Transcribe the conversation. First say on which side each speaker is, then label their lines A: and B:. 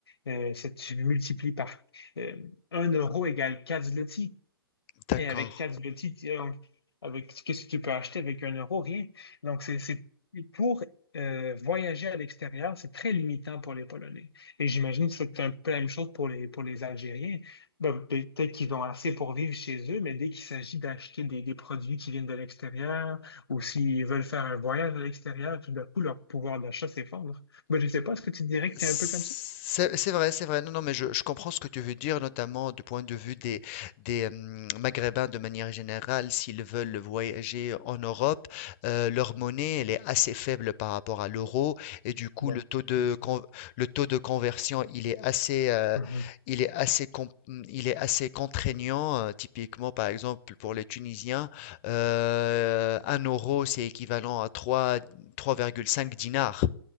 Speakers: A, on the left (about 80°); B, on the left (about 30°).
A: Euh, ça, tu multiplies par euh, 1 euro égale 4 zloty.
B: D'accord.
A: Et avec quatre outils, tu- euh, avec qu'est-ce que tu peux acheter avec un euro? Rien. Donc, c'est, c'est pour euh, voyager à l'extérieur, c'est très limitant pour les Polonais. Et j'imagine que c'est un peu la même chose pour les, pour les Algériens. Ben, ben, peut-être qu'ils ont assez pour vivre chez eux, mais dès qu'il s'agit d'acheter des, des produits qui viennent de l'extérieur, ou s'ils veulent faire un voyage à l'extérieur, tout d'un coup, leur pouvoir d'achat s'effondre. Ben, je ne sais pas, est-ce que tu dirais que
B: C'est
A: c'est un peu comme ça?
B: c'est vrai, c'est vrai. Non, non, mais je, je comprends ce que tu veux dire, notamment du point de vue des, des hum, Maghrébins de manière générale, s'ils veulent voyager en Europe, euh, leur monnaie, elle est assez faible par rapport à l'euro, et du coup,
A: Bon,
B: le taux de,
A: c'est ça.
B: con- le taux de conversion, il est assez, euh,
A: Mhm.
B: il est assez, com- il est assez contraignant. euh, typiquement, par exemple, pour les Tunisiens, euh, un euro, c'est équivalent à trois trois virgule cinq dinars.